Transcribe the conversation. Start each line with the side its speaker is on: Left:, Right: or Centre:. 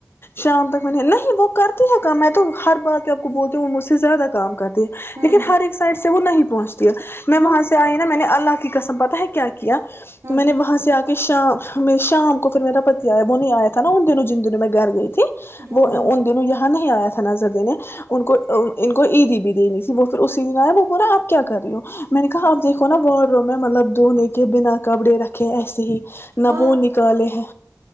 Left: شام تک میںنی نہیں وہ کرتی ہے کام تو ہر بات آپ کو بول تو وہ مجھ سے زیادہ کام کرتے لیکنر
Right: ہوں
Left: ایک سائڈ س وہ نہیں پہنچ میں
Right: ہاں
Left: وہاں سے آئی نا میں نے اللہ قسم پتہ ہے کیا کیا
Right: ہوں
Left: تو میں نے وہاں سے آ کے کہ شام میں شام کو پھر میرا پتی آیا وہ نہیں آیا تھا نا ان دنوں جن دنوں میں گھر گئی تھی
Right: ہوں
Left: وہ
Right: ہوں
Left: ان دن یا نہیں آیا تھا ن زردی نے ان کو ان کو عید بھی دینی تھی بہت پھر اسی د ن ہے وہ بورا آپ کیا کر رہ ہو میں نے کہا
Right: ہوں
Left: آپ دیکھو نا بہ کروں میں مطلب دھونے کے بنا کپڑے رکھے ایسے ہی نبو
Right: ہاں
Left: نکالے ہیں